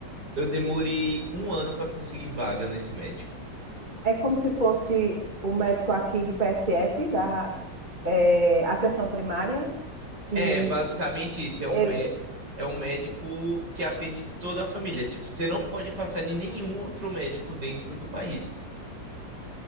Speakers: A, on the right (about 65°); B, on the right (about 25°).
A: Eu demorei um ano para conseguir vaga nesse médico.
B: É É como se fosse o médico aqui do PSF, da é, Atenção Primária, que
A: É, basicamente isso, é
B: ele,
A: um, mé- é um médico que atende toda a família. Tipo, você não pode passar em nenhum outro médico dentro do país.